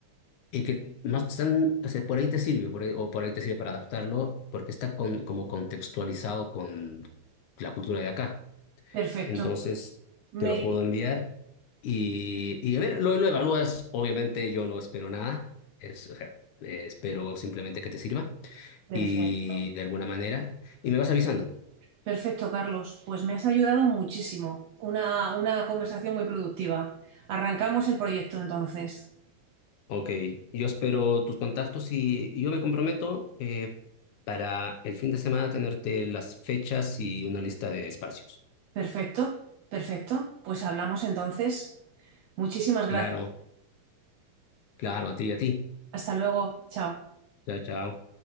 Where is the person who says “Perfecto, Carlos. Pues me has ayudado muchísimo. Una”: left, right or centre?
Right